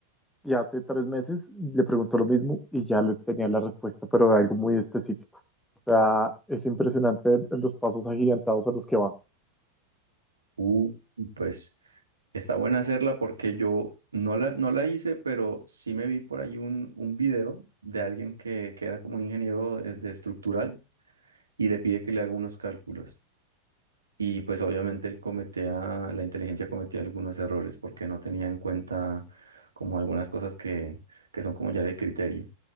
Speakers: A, in the centre; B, on the right.
A: y hace tres meses le preguntó lo mismo y ya le tenía la respuesta, pero de algo muy específico. O sea, es impresionante los pasos agigantados a los que va.
B: Uh, pues... Está buena hacerla porque yo no la, no la hice, pero sí me vi por ahí un, un video de alguien que, que era como un ingeniero de, de estructural y le pide que le haga unos cálculos. Y pues obviamente él cometía, la inteligencia cometía algunos errores porque no tenía en cuenta como algunas cosas que, que son como ya de criterio.